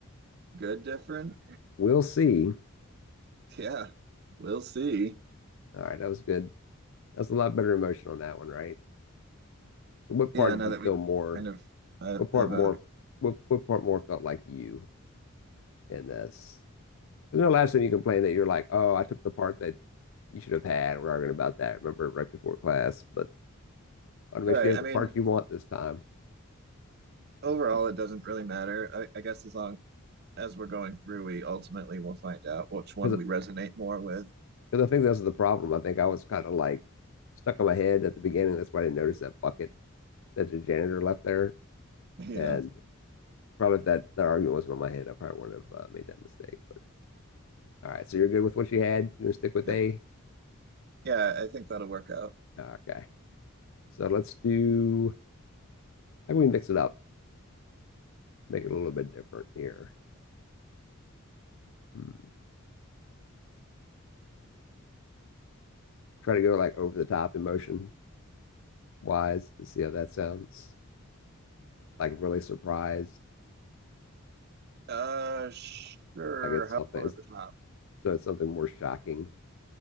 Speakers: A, on the right; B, on the left.
A: Good, different?
B: We'll see.
A: Yeah, we'll see.
B: All right, that was good. That's a lot better emotion on that one, right? So what
A: Yeah,
B: part did
A: now
B: you
A: that we
B: feel more
A: kind of have
B: What part more?
A: a
B: What what part more felt like you in this? There's no last time you complained that you're like, oh, I took the part that you should have had. We're arguing about that. I Remember right before class, but I want to
A: Right.
B: make sure you have
A: I
B: the
A: mean,
B: part you want this time
A: overall, it doesn't really matter. I, I guess as long as we're going through, we ultimately will find out which one
B: because
A: we resonate more with.
B: because I think that's the problem. I think I was kind of like stuck on my head at the beginning. That's why I didn't notice that bucket that the janitor left there.
A: <laughs> Yeah.
B: And probably if that, that argument wasn't on my head, I probably wouldn't have uh, made that mistake. But all right, so you're good with what you had. You're gonna stick with
A: It-
B: A.
A: yeah, I think that'll work out.
B: Nah, Okay, so let's do. How can we mix it up? make it a little bit different here. Hmm. Try to go like over the top emotion wise to see how that sounds. Like really surprised.
A: Uh, sure.
B: Like it's
A: How
B: something.
A: over
B: It's,
A: the top?
B: so it's something more shocking,